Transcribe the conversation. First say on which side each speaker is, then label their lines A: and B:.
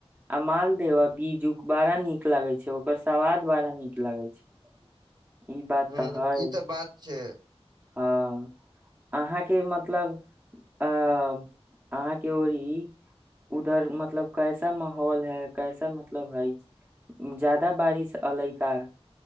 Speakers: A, on the right; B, on the right.
A: आ मालदेह आ बीजू बड़ा नीक लागे छै ओकर स्वाद बड़ा नीक लागे छै ई बात
B: ह
A: तऽ है
B: ई तऽ बात छै
A: हँ, अहाँक मतलब अहाँक ओहि दिस उधरक माहौल केहन अछि? ओतय बेसी वर्षा भऽ रहल अछि कि नहि?